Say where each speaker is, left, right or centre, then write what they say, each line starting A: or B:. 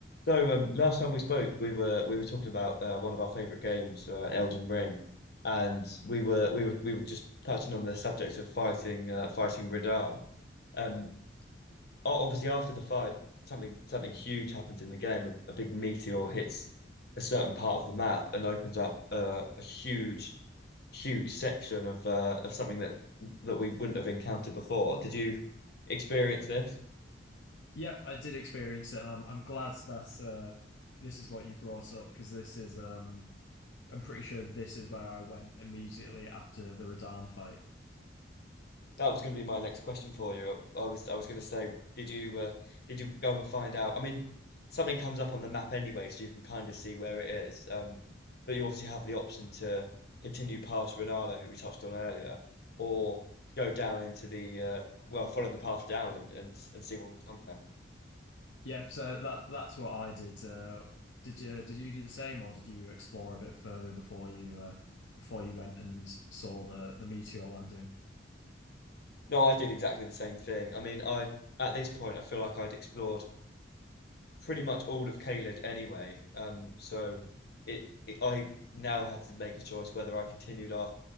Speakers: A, on the left; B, on the left.
A: So um, last time we spoke, we were we were talking about uh, one of our favorite games, uh, Elden Ring, and we were we were we were just touching on the subject of fighting uh, fighting Radahn. Um, o- obviously after the fight, something something huge happens in the game. A, a big meteor hits a certain part of the map and opens up uh, a huge huge section of uh, of something that that we wouldn't have encountered before. Did you experience this?
B: Yep, I did experience it. and I'm I'm glad that uh, this is what you brought up because this is um I'm pretty sure this is where I went immediately after the Radan fight.
A: That was going to be my next question for you. I, was I was going to say, did you uh, did you go and find out? I mean, something comes up on the map anyway, so you can kind of see where it is. Um, but you obviously have the option to continue past Renala, who we touched on earlier, or go down into the uh, well, follow the path down and and and see what's down there.
B: Yeah, so that that's what I did. Uh, did you did you do the same or did you explore a bit further before you uh, before you went and saw the the meteor landing?
A: No, I did exactly the same thing. I mean, I at this point I feel like I'd explored pretty much all of Caelid anyway. Um, so it, it I now had to make a choice whether I continued after